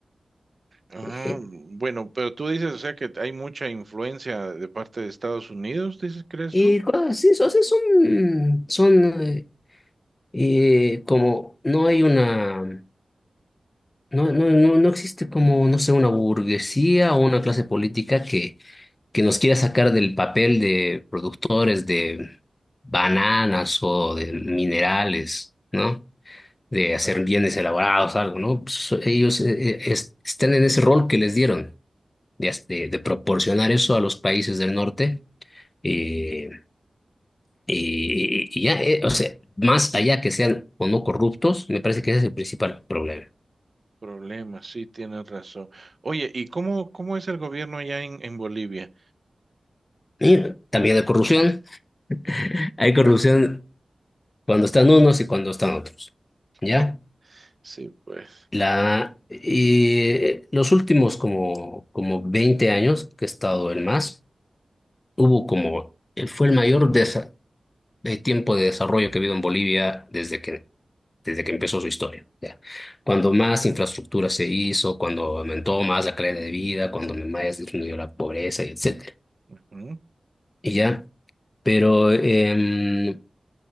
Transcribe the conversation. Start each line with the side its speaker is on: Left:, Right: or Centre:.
Right: Ah,
Left: Eh,
Right: bueno, pero tú dices, o sea, que hay mucha influencia de parte de Estados Unidos, dices, ¿crees
Left: Y,
Right: tú?
Left: cosas así, o sea, son, son eh, eh, como, no hay una, no, no, no, no existe como, no sé, una burguesía o una clase política que que nos quiera sacar del papel de productores de bananas o de minerales, ¿no? De hacer
Right: Ah,
Left: bienes elaborados, algo, ¿no? Pues, ellos eh, eh, es- están en ese rol que les dieron, de, as- de- de proporcionar eso a los países del norte. eh, y, y ya, eh, o sea, más allá que sean o no corruptos, me parece que ese es el principal problema.
Right: problema, sí, tienes razón. Oye, ¿y cómo, cómo es el gobierno allá en, en Bolivia?
Left: Y también hay corrupción. <laughs> Hay corrupción
Right: <laughs>
Left: cuando están unos y cuando están otros. ¿Ya?
Right: Ah, Sí, pues.
Left: La, y los últimos como, como 20 años que he estado el MAS, hubo como, fue el mayor desa- de tiempo de desarrollo que ha habido en Bolivia desde que, desde que empezó su historia. ya. Cuando más infraestructura se hizo, cuando aumentó más la calidad de vida, cuando más disminuyó la pobreza, y etcétera.
Right: ujú,
Left: Y ya, pero, em,